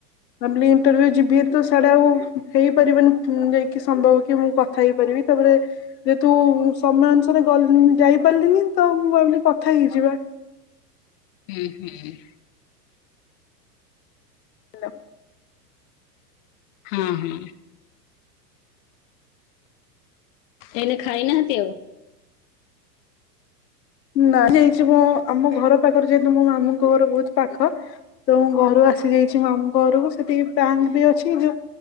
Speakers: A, on the left; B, on the left.
A: ଭାବିଲି ଇଣ୍ଟର୍ଭିୟୁ ଯିବି ତ ସେଡା ଆଉ ହେଇପାରିବନି ଯାଇକି ସମ୍ଭବ କି ମୁଁ କଥା ହେଇପାରିବି। ତାପରେ ଯେହେତୁ ସମୟ ଅନୁସାରେ ଗଲ୍ ଯାଇପାରିଲିନି ତ ମୁଁ ଭାବିଲି କଥା ହେଇଯିବା।
B: ହୁଁ ହୁଁ।
A: ହେଲୋ।
B: ହଁ ହଁ। ଏଇନେ ଖାଇନାହାନ୍ତି ଆଉ?
A: ନାହିଁ ଯାଇଛି ମୁଁ ଆମ ଘର ପାଖରୁ ଯେହତୁ ମୋ ମାମୁଙ୍କ ଘର ବହୁତ ପାଖ। ତ ମୁଁ ଘରୁ ଆସିଯାଇଛି ମାମୁଁଙ୍କ ଘରୁକୁ ସେଠିକି ବ୍ୟାଙ୍କ ବି ଅଛି ଯୋଉ।